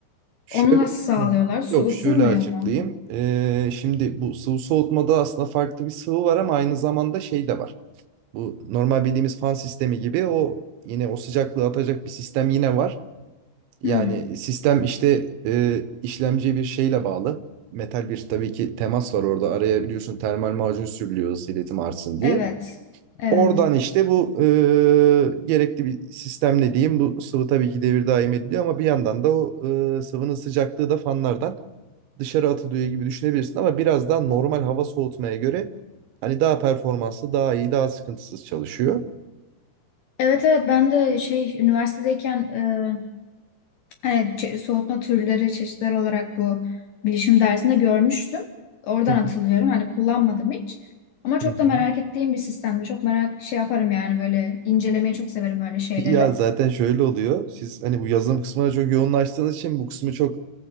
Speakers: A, on the right; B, on the left.
A: Şöyle
B: Onu nasıl sağlıyorlar?
A: Hı hı.
B: Su
A: Yok
B: ısınmıyor
A: şöyle açıklayayım.
B: mu?
A: Ee, şimdi bu sıvı soğutmada aslında farklı bir sıvı var ama aynı zamanda şey de var. Bu normal bildiğimiz fan sistemi gibi o yine o sıcaklığı atacak bir sistem yine var. Yani
B: Hmm,
A: sistem işte e, işlemciye bir şeyle bağlı. Metal bir tabii ki temas var orada. Araya biliyorsun termal macun sürülüyor ısı iletim artsın diye.
B: evet. Evet.
A: Oradan işte bu e, gerekli bir sistemle diyeyim. Bu sıvı tabii ki devir daim ediliyor ama bir yandan da o e, sıvının sıcaklığı da fanlardan dışarı atılıyor gibi düşünebilirsin. Ama biraz daha normal hava soğutmaya göre hani daha performanslı, daha iyi, daha sıkıntısız çalışıyor.
B: Evet evet ben de şey üniversitedeyken e, hani çe- soğutma türleri çeşitler olarak bu bilişim dersinde görmüştüm. Oradan
A: Hı hı.
B: hatırlıyorum. Hani kullanmadım hiç. Ama çok
A: Hı hı.
B: da merak ettiğim bir sistemdi. Çok merak şey yaparım yani böyle incelemeyi çok severim böyle şeyleri.
A: Ya zaten şöyle oluyor. Siz hani bu yazılım kısmına çok yoğunlaştığınız için bu kısmı çok